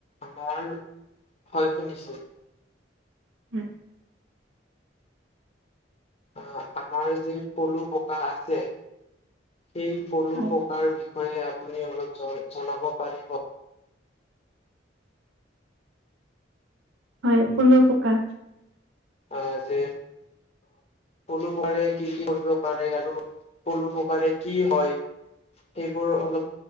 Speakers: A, on the left; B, on the right.
A: আমাৰ হয় শুনিছোঁ।
B: উম।
A: অ আমাৰ যি পলু পকা আছে সেই পলু
B: হয়
A: প পকাৰ বিষয়ে আপুনি অলপ জন জনাব পাৰিব।
B: হয় পলু পকা।
A: আ যে
B: <inaudible>
A: পলু পকাৰে কি কি কৰিব পাৰে আৰু পলু পকাৰে কি হয়? সেইবোৰ অলপ